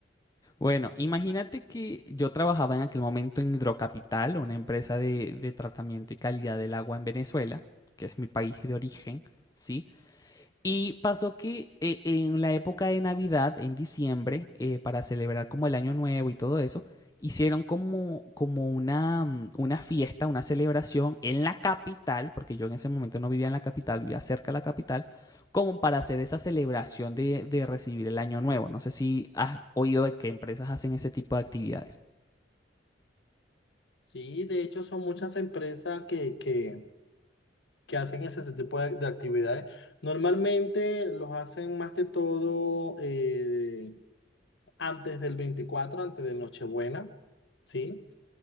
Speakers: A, on the left; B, on the left.
A: Bueno, imagínate que yo trabajaba en aquel momento en Hidrocapital, una empresa de, de tratamiento y calidad del agua en Venezuela, que es mi país de origen, ¿sí? Y pasó que eh, en la época de Navidad, en diciembre, eh, para celebrar como el Año Nuevo y todo eso, hicieron como, como una, mm, una fiesta, una celebración en la capital, porque yo en ese momento no vivía en la capital, vivía cerca de la capital, como para hacer esa celebración de, de recibir el Año Nuevo. No sé si has oído de que empresas hacen ese tipo de actividades.
B: Sí, de hecho son muchas empresas que, que, que hacen ese tipo de, de actividades. Normalmente los hacen más que todo eh, antes del 24, antes de Nochebuena, ¿sí?